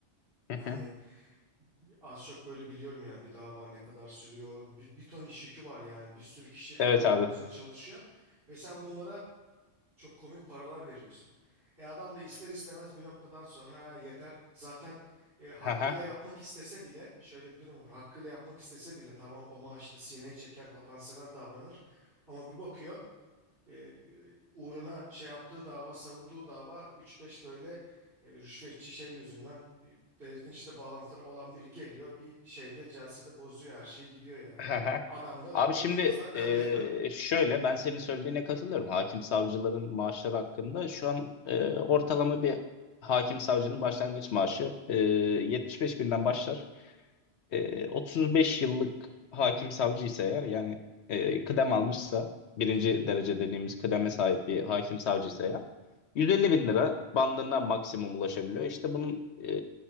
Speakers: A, on the left; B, on the right.
A: hı
B: Yani
A: hı.
B: az çok böyle biliyorum yani bir dava ne kadar sürüyor. Bir, bir ton iş yükü var yani bir sürü kişi aynı
A: evet
B: dava
A: abi.
B: üzerine çalışıyor. Ve sen bunlara çok komik paralar veriyorsun. E adam da ister istemez bir noktadan sonra "Ha, yeter. Zaten e, hakkıyla
A: Ha ha.
B: yapmak istese bile şöyle bir durum var. Hakkıyla yapmak istese bile tamam o maaşla sineye çeker, vatansever davranır. Ama bir bakıyor e, e, uğruna şey yaptığı dava, savunduğu dava 3-5 böyle e, rüşvetçi şey yüzünden bir devletin işte bağlantıları olan biri geliyor. Bir şeyde celsede bozuyor her şeyi gidiyor yani.
A: Ha ha.
B: Adam da
A: Abi şimdi
B: dımdızlak kalıyor.
A: e, şöyle ben senin söylediğine katılıyorum. Hakim savcıların maaşları hakkında şu an e, ortalama bir hakim savcının başlangıç maaşı e, 75 binden başlar. e, 35 yıllık hakim savcıysa eğer yani e, kıdem almışsa birinci
B: <laughs> Hı hı.
A: derece dediğimiz kıdeme sahip bir hakim savcıysa eğer 150 bin lira bandında maksimum ulaşabiliyor. İşte bunun e,